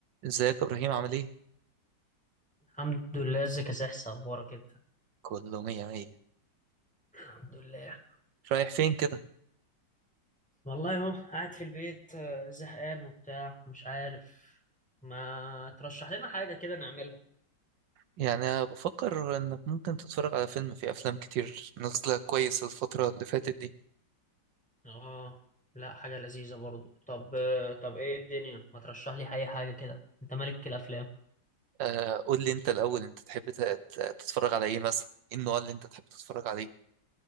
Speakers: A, on the right (about 80°); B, in the centre.
A: ازيك يا ابراهيم عامل ايه
B: الحمد لله ازيك يا سحس اخبارك انت
A: كله مية مية
B: الحمد لله
A: رايح فين كده
B: والله اهو قاعد في البيت آه، زهقان وبتاع مش عارف ما ترشح لنا حاجة كده نعملها
A: يعني أنا بفكر انك ممكن تتفرج على فيلم في افلام كتير نازله كويس الفتره اللي فاتت دي
B: اه لا حاجة لذيذة برضو طب آه، طب ايه الدنيا ما ترشح لي اي حاجة كده انت ملك الافلام
A: آه قول لي انت الاول انت تحب ت- ت- تتفرج على ايه مثلا ايه النوع اللي انت تحب تتفرج عليه